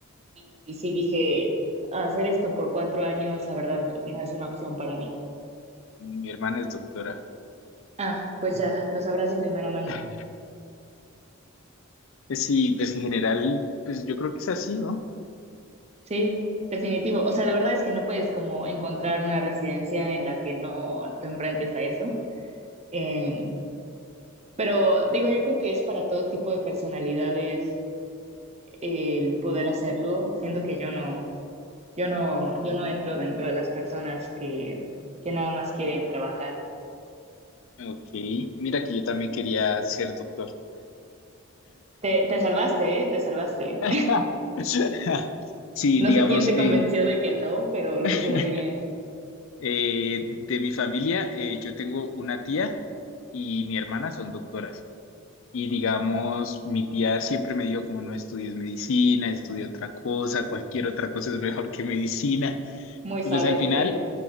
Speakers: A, on the right; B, on the left.
A: y, y sí dije, hacer esto por cuatro años, la verdad, no es una opción para mí.
B: Mi hermana es doctora.
A: Ah, pues ya, lo sabrás de primera mano.
B: <laughs> Pues sí, pues en general, pues yo creo que es así, ¿no?
A: Sí, definitivo. O sea, la verdad es que no puedes como encontrar una residencia en la que no te enfrentes a eso. Em, pero digo, yo creo que es para todo tipo de personalidades el poder hacerlo, siendo que yo no, yo no, yo no entro dentro de las personas que, que nada más quieren trabajar.
B: Ok, mira que yo también quería ser doctor.
A: Te, te salvaste, ¿eh? Te salvaste.
B: <laughs> Sí,
A: No
B: digamos,
A: sé quién te
B: en,
A: convenció de que no, pero lo
B: <laughs>
A: hizo muy bien.
B: Eh, de mi familia, eh, yo tengo una tía y mi hermana son doctoras. Y digamos, mi tía siempre me dijo como no estudies medicina, estudia otra cosa, cualquier otra cosa es mejor que medicina.
A: Muy
B: Y
A: sabia
B: pues al final,
A: tu tía.